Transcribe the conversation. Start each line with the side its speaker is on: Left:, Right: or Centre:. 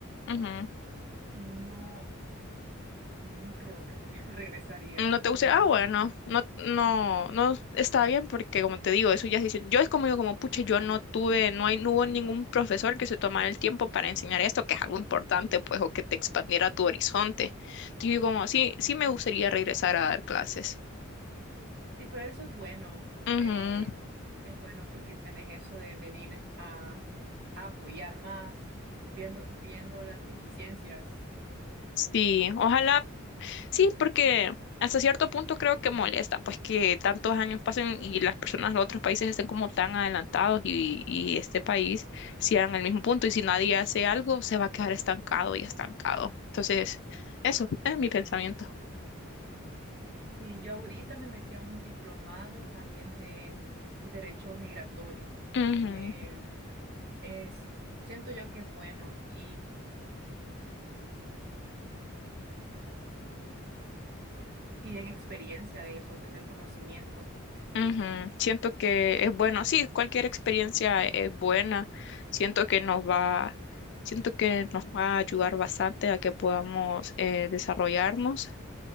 Left: ujú.
Right: no. No creo que re- <laughs> regresaría.
Left: No te gusta, ah,
Right: No.
Left: bueno, no, no, no está bien porque como te digo, eso ya se hizo. Yo es como digo, como pucha, yo no tuve, no hay, no hubo ningún profesor que se tomara el tiempo para enseñar esto, que es algo importante, pues, o que te expandiera tu horizonte. Yo digo como, sí, sí me gustaría regresar a dar clases.
Right: Sí, pero eso es bueno.
Left: Ujú,
Right: eh, es bueno porque tenés eso de venir a, a apoyar más, viendo, viendo las deficiencias.
Left: Sí, ojalá Sí, porque hasta cierto punto creo que molesta, pues que tantos años pasen y las personas de otros países estén como tan adelantados y, y este país siga en el mismo punto y si nadie hace algo se va a quedar estancado y estancado. Entonces, eso es mi pensamiento.
Right: Sí, yo ahorita me metí a un diplomado también de derecho migratorio,
Left: Ujú,
Right: que es, siento yo que es bueno y piden experiencia de eso, tener conocimiento.
Left: ujú. Siento que es bueno, sí, cualquier experiencia es buena. Siento que nos va, siento que nos va a ayudar bastante a que podamos eh, desarrollarnos